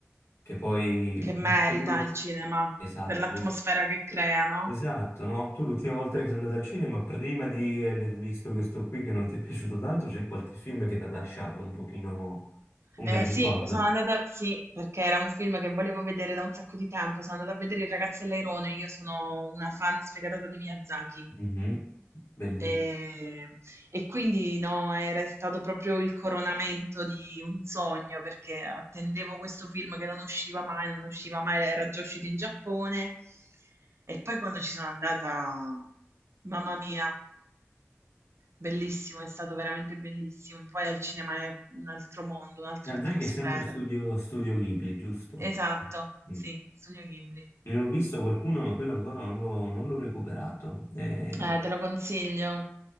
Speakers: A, on the left; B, on the right.
A: che poi
B: Che
A: vederlo.
B: merita il cinema
A: Esatto,
B: per l'atmosfera
A: vi-
B: che crea, no?
A: esatto, no? Tu l'ultima volta che sei andato al cinema, prima di aver visto questo qui che non ti è piaciuto tanto, c'è qualche film che ti ha lasciato un pochino un
B: Eh,
A: bel ricordo.
B: sì, sono andata, sì, perché era un film che volevo vedere da un sacco di tempo. Sono andata a vedere Il ragazzo e l'airone. Io sono una fan sfegatata di Miyazaki.
A: Mhm, Bellissimo.
B: E, e quindi no, era stato proprio il coronamento di un sogno perché attendevo questo film che non usciva mai, non usciva mai, era già uscito in Giappone. E poi quando ci sono andata, mamma mia, Bellissimo, è stato veramente bellissimo. Poi al cinema è un altro mondo, un'altra
A: Miyazaki
B: atmosfera.
A: è sempre studio, studio Ghibli, giusto?
B: Esatto,
A: Mm.
B: sì, Studio Ghibli.
A: Ne ho visto qualcuno, ma quello ancora non l'ho non l'ho recuperato. Eh,
B: Eh, te lo consiglio.